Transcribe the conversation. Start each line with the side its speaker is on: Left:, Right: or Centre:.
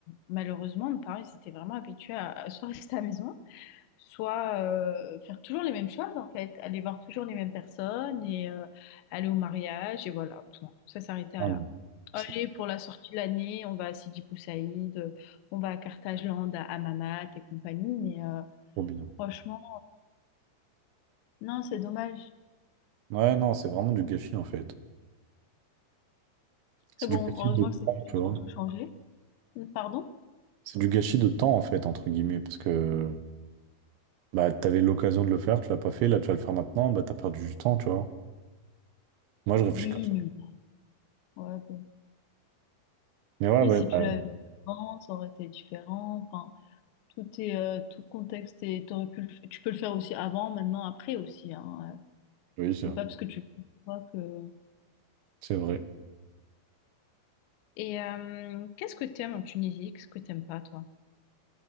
Left: malheureusement, nos parents, ils étaient vraiment habitués à, à soit rester <laughs> à la maison, soit euh, faire toujours les mêmes choses en fait, aller voir toujours les mêmes personnes et euh, aller au mariage et voilà, point. Ça s'arrêtait
Right: ah,
Left: à là.
Right: non. c'est
Left: Allez, pour la sortie de l'année, on va à Sidi Bou Saïd, euh, on va à Carthagène, à Hammamet et compagnie, mais euh,
Right: trop bien.
Left: franchement, non, c'est dommage.
Right: Ouais, non, c'est vraiment du gâchis, en fait.
Left: Très
Right: C'est
Left: bon,
Right: du gâchis
Left: heureusement
Right: de
Left: que c'est
Right: temps,
Left: des choses
Right: tu vois.
Left: qu'on peut changer. Pardon?
Right: C'est du gâchis de temps, en fait, entre guillemets, parce que. Bah, t'avais l'occasion de le faire, tu l'as pas fait, là, tu vas le faire maintenant, bah, t'as perdu du temps, tu vois. Moi, je réfléchis
Left: Oui,
Right: comme ça.
Left: mais bon, ouais, bon.
Right: Mais ouais,
Left: Après,
Right: ouais,
Left: si tu
Right: bah,
Left: l'avais fait avant, ça aurait été différent. Enfin, tout est, euh, tout contexte et t'aurais pu le f- tu peux le faire aussi avant, maintenant, après aussi, hein.
Right: oui, c'est
Left: C'est
Right: vrai.
Left: pas parce que tu le vois que...
Right: C'est vrai.
Left: Et euh, qu'est-ce que t'aimes en Tunisie? Qu'est-ce que t'aimes pas, toi?